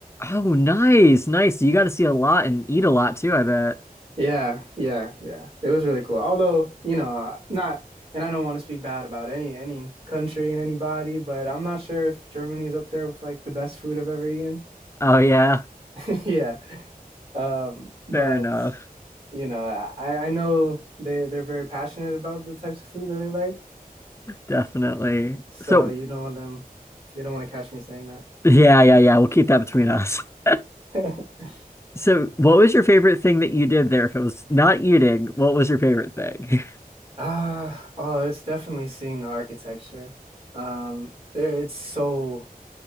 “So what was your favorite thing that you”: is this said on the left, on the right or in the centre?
Left